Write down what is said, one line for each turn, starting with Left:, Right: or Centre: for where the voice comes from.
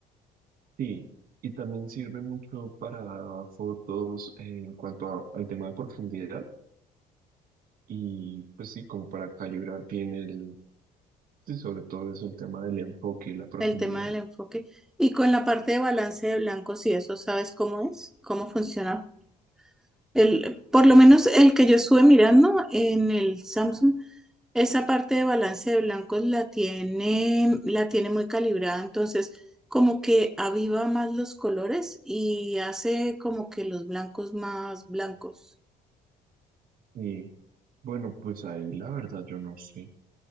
Right: Sí, y también sirve mucho para fotos eh, en cuanto a- al tema de profundidad y pues sí, como para calibrar bien el, sí, sobre todo eso, el tema del enfoque y la profundidad.
Centre: el tema del enfoque. Y con la parte de balance de blancos y eso, ¿sabes cómo es? ¿Cómo funciona? El, por lo menos el que yo estuve mirando en el Samsung, esa parte de balance de blancos la tiene, la tiene muy calibrada, entonces como que aviva más los colores y hace como que los blancos más blancos.
Right: Y bueno, pues ahí la verdad yo no sé.